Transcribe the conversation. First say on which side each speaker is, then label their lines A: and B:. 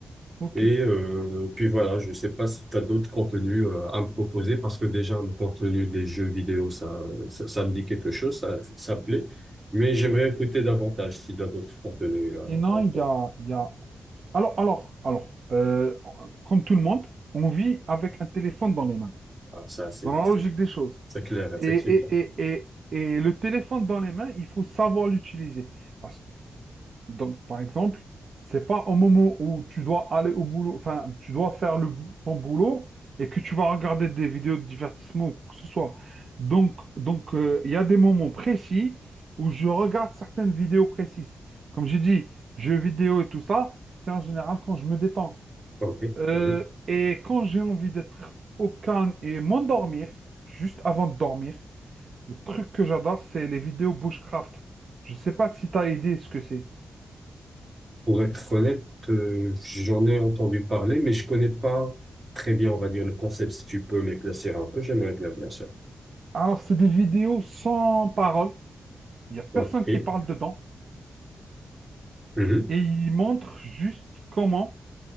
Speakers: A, on the right; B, on the right.
A: Ok,
B: Et euh, puis voilà, je sais pas si tu as d'autres contenus euh, à me proposer parce que déjà le contenu des jeux vidéo, ça, ça, ça me dit quelque chose, ça, ça me plaît. Mais j'aimerais
A: ok.
B: écouter davantage si tu as d'autres contenus. euh,
A: Et non,
B: à me
A: il
B: proposer.
A: y a, il y a... Alors, alors, alors, euh, comme tout le monde, on vit avec un téléphone dans les mains,
B: Ah, ça, c'est
A: dans la
B: c'est-
A: logique des choses.
B: c'est clair, effectivement.
A: Et, et, et, et, et le téléphone dans les mains, il faut savoir l'utiliser. Parce Donc, par exemple, c'est pas au moment où tu dois aller au boulot, enfin, tu dois faire le, bou- ton boulot et que tu vas regarder des vidéos de divertissement ou quoi que ce soit. Donc, donc, euh, il y a des moments précis où je regarde certaines vidéos précises. Comme j'ai dit, jeux vidéo et tout ça, c'est en général quand je me détends.
B: OK.
A: Euh,
B: Mhm.
A: et quand j'ai envie d'être au calme et m'endormir, juste avant de dormir, le truc que j'adore, c'est les vidéos bushcraft. Je sais pas si tu as idée ce que c'est.
B: Pour être honnête, euh, j'en ai entendu parler, mais je connais pas très bien, on va dire, le concept. Si tu peux m'éclaircir un peu, j'aimerais bien, bien sûr.
A: Alors, c'est des vidéos sans parole. Il n'y a personne
B: OK.
A: qui parle dedans.
B: Mhm.
A: Et ils montrent juste comment